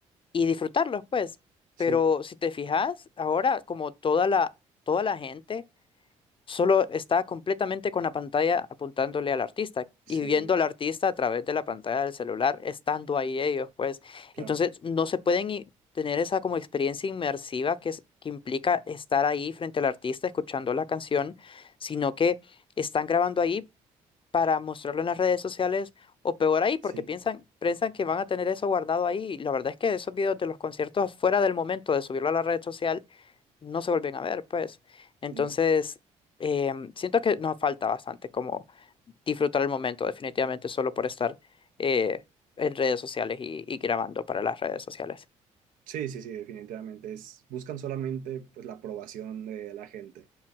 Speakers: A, on the left; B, on the right.
A: y disfrutarlos, pues.
B: Sí,
A: Pero si te fijas, ahora como toda la, toda la gente Solo está completamente con la pantalla apuntándole al artista
B: sí,
A: y viendo al artista a través de la pantalla del celular, estando ahí ellos, pues.
B: claro,
A: Entonces, no se pueden i- tener esa como experiencia inmersiva que, es- que implica estar ahí frente al artista escuchando la canción, sino que están grabando ahí para mostrarlo en las redes sociales o peor ahí, porque
B: sí,
A: piensan, piensan que van a tener eso guardado ahí. Y la verdad es que esos videos de los conciertos fuera del momento de subirlo a la red social no se vuelven a ver, pues. Entonces,
B: no.
A: em, siento que nos falta bastante como disfrutar el momento, definitivamente, solo por estar eh, en redes sociales y, y grabando para las redes sociales.
B: Sí, sí, sí, definitivamente. Es, buscan solamente pues, la aprobación de la gente